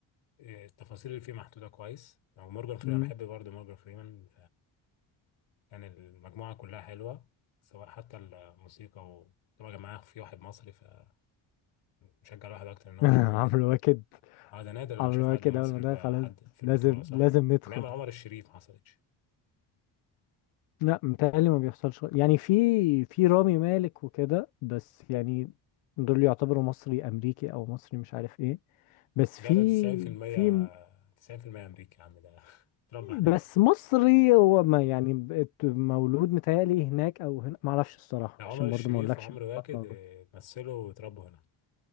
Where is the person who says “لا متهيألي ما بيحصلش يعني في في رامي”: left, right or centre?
Left